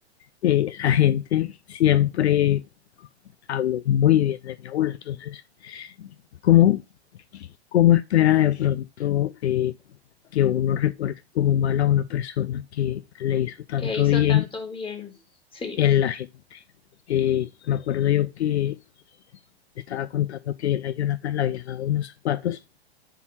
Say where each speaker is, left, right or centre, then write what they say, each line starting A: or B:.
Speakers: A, on the left; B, on the left.
A: eh, la gente siempre habló muy bien de mi abuelo. Entonces, ¿cómo, cómo espera de pronto? eh, que uno recuerde como mal a una persona que le hizo tanto
B: que hizo
A: bien
B: tanto bien. Sí,
A: en la gente. Eh, me acuerdo yo que estaba contando que él a Jonathan le había dado unos zapatos